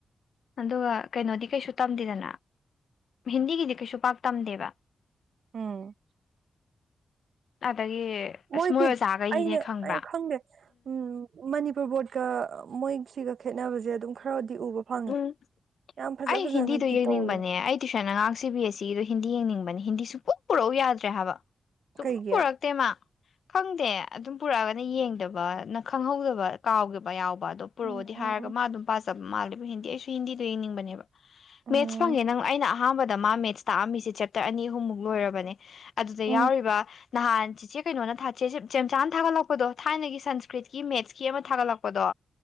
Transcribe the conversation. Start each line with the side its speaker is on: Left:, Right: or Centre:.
Left: ꯑꯗꯨꯒ ꯀꯩꯅꯣꯗꯤ ꯀꯩꯁꯨ ꯇꯝꯗꯦꯗꯅ ꯍꯤꯟꯗꯤꯒꯤꯗꯤ ꯀꯩꯁꯨ ꯄꯥꯛ ꯇꯝꯗꯦꯕ
Right: ꯎꯝ
Left: ꯑꯗꯒꯤ ꯑꯁ
Right: ꯃꯣꯏꯒꯤ
Left: ꯃꯣꯏ ꯑꯣꯖꯥꯈꯩꯗꯤꯅꯦ
Right: ꯑꯩꯅ
Left: ꯈꯪꯕ꯭ꯔꯥ
Right: ꯑꯩ ꯈꯪꯗꯦ ꯎꯝ ꯃꯅꯤꯄꯨꯔ ꯕꯣꯔꯗꯀ ꯃꯣꯏꯁꯤꯒ ꯈꯦꯠꯅꯕꯁꯦ ꯑꯗꯨꯝ ꯈꯔꯗꯤ ꯎꯕ ꯐꯪꯉꯦ
Left: ꯎꯝ
Right: ꯌꯥꯝ ꯐꯖ
Left: ꯑꯩ
Right: ꯐꯖꯅꯗꯤ
Left: ꯍꯤꯟꯗꯤꯗꯣ ꯌꯦꯡꯅꯤꯡꯕꯅꯦ
Right: ꯇꯧꯋꯦ
Left: ꯑꯩ ꯇꯨꯏꯁꯟ ꯑꯉꯥꯡ ꯁꯤ ꯕꯤ ꯑꯦꯁ ꯁꯤꯗꯣ ꯍꯤꯟꯗꯤ ꯌꯦꯡꯅꯤꯡꯕꯅꯦ ꯍꯤꯟꯗꯤ ꯁꯨꯡꯄꯨꯛ ꯄꯨꯔꯛꯎ ꯌꯥꯗ꯭ꯔꯦ ꯍꯥꯏꯕ ꯁꯨꯄꯣꯛ
Right: ꯀꯩꯒꯤ
Left: ꯄꯨꯔꯛꯇꯦ ꯃꯥ ꯈꯪꯗꯦ ꯑꯗꯨꯝ ꯄꯨꯔꯛꯑꯒꯅ ꯌꯦꯡꯗꯕ ꯅ ꯈꯪꯍꯧꯗꯕ ꯀꯥꯎꯒꯤꯕ ꯌꯥꯎꯕ ꯗꯣ ꯄꯨꯔꯛꯑꯣꯗꯤ
Right: ꯎꯝ
Left: ꯍꯥꯏꯔꯒ ꯃꯥ ꯑꯗꯨꯝ ꯄꯥꯖꯕ ꯃꯥꯜꯂꯦꯕ ꯍꯤꯟꯗꯤ ꯑꯩꯁꯨ ꯍꯤꯟꯗꯤꯗꯣ ꯌꯦꯡꯅꯤꯡꯕꯅꯦꯕ
Right: ꯎꯝ
Left: ꯃꯦꯠꯁ ꯐꯪꯉꯦ ꯅꯪ ꯑꯩꯅ ꯑꯍꯥꯟꯕꯗ ꯃꯥ ꯃꯦꯠꯁ ꯇꯥꯛꯑꯝꯃꯤꯁꯦ ꯆꯦꯞꯇꯔ ꯑꯅꯤ ꯑꯍꯨꯝꯃꯨꯛ ꯂꯣꯏꯔꯕꯅꯦ ꯑꯗꯨꯗ
Right: ꯎꯝ
Left: ꯌꯥꯎꯔꯤꯕ ꯅꯍꯥꯟ ꯆꯤꯆꯦ ꯀꯩꯅꯣꯅꯦ ꯊꯥꯆꯦꯝ ꯆꯥꯝ ꯆꯥꯅ ꯊꯥꯒꯠꯂꯛꯄꯗꯣ ꯊꯥꯏꯅꯒꯤ ꯁꯟꯁꯀ꯭ꯔꯤꯠꯀꯤ ꯃꯦꯠꯁꯀꯤ ꯑꯃ ꯊꯥꯒꯠꯂꯛꯄꯗꯣ